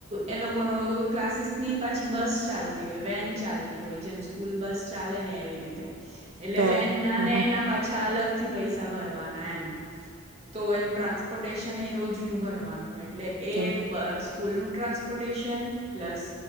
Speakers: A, on the right; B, on the right.
A: એ લોકોનો. ક્લાસીસ નહી પાછી બસ ચાલતી હોય, વેન ચાલતી હોય જેમ સ્કૂલ બસ ચાલે ને એવી રીતે. એટલે
B: તો
A: વેનના
B: હ
A: ને એના પાછા અલગ. થી પૈસા ભરવાના એમ તો એનું ટ્રાન્સપોર્ટેશન એ રોજનું ભરવાનું. એટલે એ
B: તો
A: બ સ્કૂલનું ટ્રાન્સપોર્ટેશન. પ્લસ